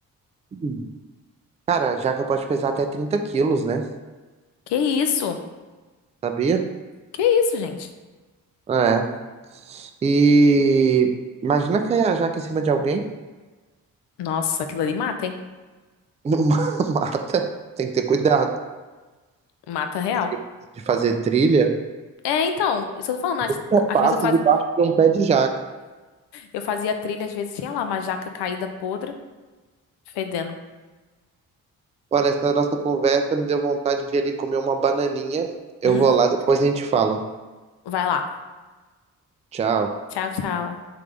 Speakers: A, on the right; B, on the left.
A: Hum. Cara, a jaca pode pesar até 30 quilos, né?
B: Que isso?
A: Sabia?
B: Que isso, gente?
A: É. E imagina cair a jaca em cima de alguém.
B: Nossa, aquilo ali mata, hein?
A: <laughs> Mata. Tem que ter cuidado.
B: Mata real.
A: Tem que ter cuidado De fazer trilha.
B: É, então, isso eu tô falando.
A: Nunca
B: Às,
A: passo
B: às vezes eu, faz,
A: debaixo de um pé de jaca.
B: eu fazia trilha, às vezes tinha lá uma jaca caída podre, fedendo.
A: Olha, essa nossa conversa me deu vontade de ir ali comer uma bananinha. Eu
B: Hum,
A: vou lá, depois a gente fala.
B: vai lá.
A: Tchau.
B: Tchau, tchau.